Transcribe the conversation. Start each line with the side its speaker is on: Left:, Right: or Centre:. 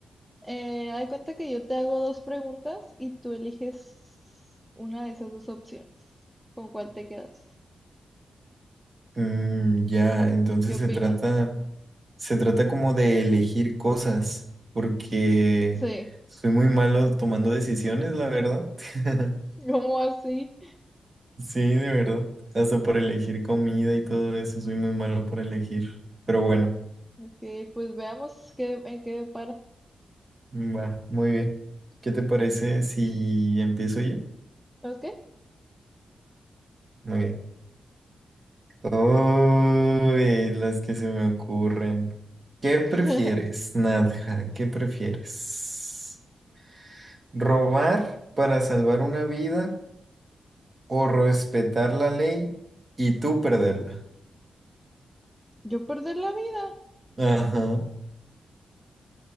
Centre: Eh, haz de cuenta que yo te hago dos preguntas y tú eliges una de esas dos opciones. ¿Con cuál te quedas?
Right: Mm, ya, entonces
Centre: ¿Qué opinas?
Right: se trata, se trata como de elegir cosas, porque
Centre: Sí.
Right: soy muy malo tomando decisiones, la verdad. <laughs>
Centre: <laughs> ¿Cómo así?
Right: Sí, de verdad. Hasta por elegir comida y todo eso, soy muy malo por elegir. Pero bueno,
Centre: Ok, pues veamos qué, en qué para.
Right: va, muy bien. ¿Qué te parece si empiezo yo?
Centre: ¿Ok?
Right: Muy bien. Uy, las que se me ocurren. ¿Qué
Centre: <laughs>
Right: prefieres, Nadja? ¿Qué prefieres? ¿Robar para salvar una vida o respetar la ley y tú perderla?
Centre: Yo perder la vida.
Right: Ajá.